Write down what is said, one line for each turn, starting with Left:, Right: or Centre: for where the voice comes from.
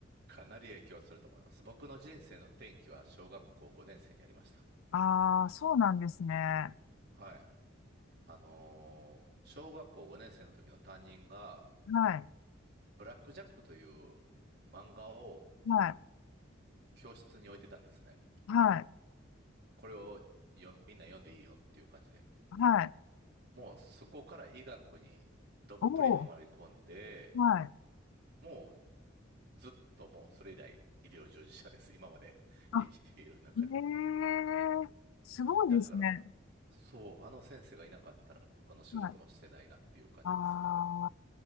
Right: かなり影響すると思います。僕の人生の転機は小学校5年生にありました。
Left: ああ、そうなんですね。は
Right: はい。あのー小学校5年生の時の担任が、
Left: い、
Right: ブラックジャックという漫画を
Left: はい、
Right: 教室に置いてたんですね。
Left: はい、
Right: これをよみんな読んでいいよっていう感じで。
Left: はい。
Right: もうそこから医学にどっぷりはまり込んで、
Left: おお、はい。
Right: もうずっともうそれ以来医療従事者です。今まで <laughs>
Left: あ、
Right: 生きている中で。
Left: ええすごいですね。
Right: だからそう、あの先生がいなかったら、この仕事もしてないなっていう感じですね。
Left: はい。あ